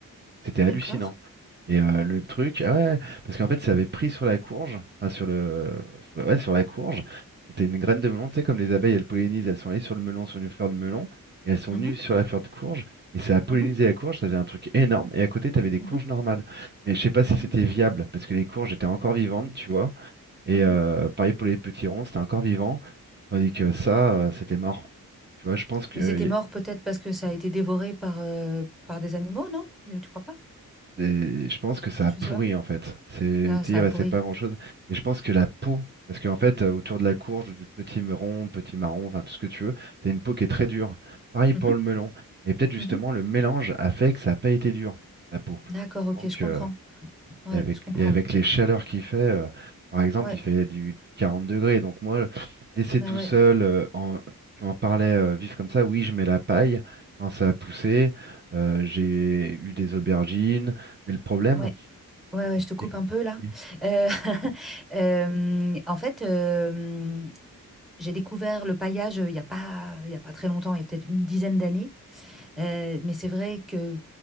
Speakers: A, on the right (about 30°); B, in the centre.
A: C'était
B: D'accord.
A: hallucinant. Et euh, le truc, ah ouais, parce qu'en fait, ça avait pris sur la courge, enfin sur le, sur le- ouais, sur la courge. C'était une graine de melon, tu sais, comme les abeilles, elles pollinisent, elles sont allées sur le melon, sur une fleur de melon, et elles sont
B: Mhm,
A: venues sur la fleur de courge, et ça a pollinisé
B: mhm,
A: la courge, ça faisait un truc énorme. Et à côté, tu avais des
B: mhm,
A: courges normales. Mais je sais pas si
B: mhm,
A: c'était viable, parce que les courges étaient encore vivantes, tu vois. Et
B: mhm.
A: euh, pareil pour les petits ronds, c'était encore vivant, tandis que ça, euh, c'était mort. Tu vois, je pense qu'il
B: Mais c'était mort peut-être parce que ça a été dévoré par, euh, par des animaux, non? Euh, Tu crois pas?
A: Et je pense que ça
B: Je
A: a pourri
B: sais pas.
A: en fait. C'est,
B: Ça,
A: tu
B: ça
A: sais, il
B: a
A: restait
B: pourri.
A: pas grand-chose. Et je pense que la peau, parce qu'en fait, euh, autour de la courge, du petit meron, petit marron, enfin tout ce que tu veux, t'as une peau qui est très dure. Pareil pour
B: Mhm,
A: le melon. Et peut-être justement
B: mhm.
A: le mélange a fait que ça n'a pas été dur, la peau.
B: D'accord, ok,
A: Donc
B: je comprends.
A: euh,
B: Ouais,
A: et avec,
B: je comprends.
A: et avec les chaleurs qu'il fait, euh, par exemple,
B: Ouais,
A: il fait du, du 40 degrés. Donc moi, laisser
B: bah
A: tout
B: ouais,
A: seul, euh, en- tu en parlais, euh, vif comme ça, oui, je mets la paille quand ça a poussé. euh, j'ai eu des aubergines. Mais le problème,
B: ouais. Ouais, ouais, je te coupe
A: c'est que...
B: un peu là.
A: Oui,
B: Euh, <laughs> euh, en fait, euh, j'ai découvert le paillage euh, il n'y a pas, il y a pas très longtemps, il y a peut-être une dizaine d'années. Euh, mais c'est vrai que,